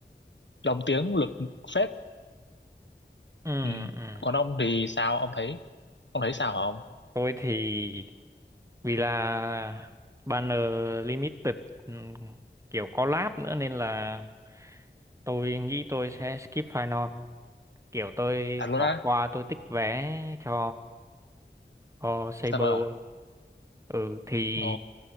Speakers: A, on the left (about 75°); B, on the right (about 15°).
A: lồng tiếng lực phết
B: ừ
A: ừ.
B: ừ
A: còn ông thì sao ông thấy ông thấy sao hả ông
B: Tôi thì vì là banner limited ừm, kiểu collab nữa nên là tôi nghĩ tôi sẽ skip final. Kiểu tôi
A: thật luôn
B: bỏ
A: á
B: qua tôi tích vé cho cho Saber.
A: Saber à?
B: Ừ thì
A: ồ